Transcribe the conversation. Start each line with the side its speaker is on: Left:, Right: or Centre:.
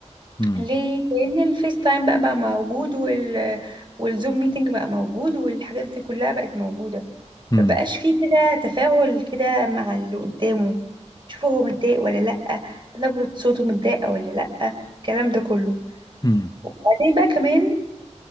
Left: هم
Right: ليه لان الفيس تايم بقى بقى موجود وال والزوم ميتنج بقى موجود والحاجات دي كلها بقت موجوده
Left: هم
Right: مبقاش فيه كده تفاعل كده مع اللي قدامه شوفه هو متضايق ولا لأ نبرة صوته متضايقة ولا لأ الكلام ده كله
Left: هم
Right: وبعدين بقى كمان